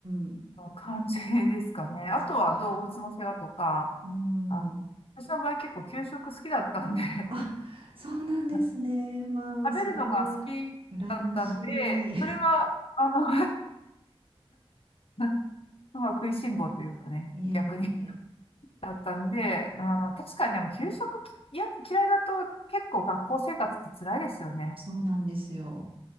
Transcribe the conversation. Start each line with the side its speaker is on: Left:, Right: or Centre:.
Right: うん。
Left: 感じですかね。あとは動物の世話とか、
Right: そっか。うん。
Left: あ、私の場合結構給食好きだったんで、
Right: あ、そうなんですね。
Left: <laughs>
Right: まあ、
Left: 食べるのが好きだったんで、
Right: それは、羨ましい。<laughs> い
Left: それは、あの、<laughs> まあ、食いしん坊というかね、
Right: えいえいえ。
Left: 逆にだったんで、うん、確かにでも給食きいや嫌いだと結構学校生活って辛いですよね。
Right: そうなんですよ。